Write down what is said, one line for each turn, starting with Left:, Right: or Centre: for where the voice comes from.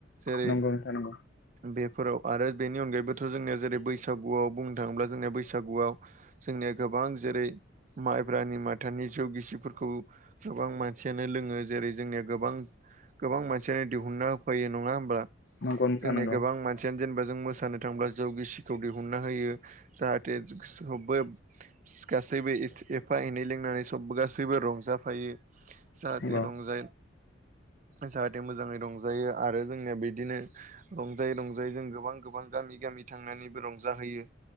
Right: जेरै
Left: नंगौ नोंथां नंगौ
Right: बेफोराव आरो बेनि अनगायैबोथ' जोंनिया जेरै बैसागुआव बुंनो थाङोब्ला जोंनिया बैसागुआव जोंनिया गोबां जेरै माइब्रानि माथानि जौ गिसिफोरखौ गोबां मानसियानो लोङो जेरै जोंनिया गोबां गोबां मानसियानो दिहुनना होफैयो नङा होमब्ला
Left: नंगौ
Right: जोंनिया
Left: नोंथां नंगौ नोंथां नंगौ
Right: गोबां मान सियानो जेनेबा जों मोसानो थांब्ला जौ गिसिखौ दिहुनना होयो जाहाथे
Left: नंगौ।
Right: सबबो गासैबो एसे एफा एनै लोंनानै सब गासैबो रंजाफायो। जाहाथे
Left: नंगौ
Right: रंजा जाहाथे मोजाङै रंजायो आरो जोंनिया बिदिनो रंजायै रंजायै जों गोबां गोबां गामि गामि थांनानैबो रंजाहोयो।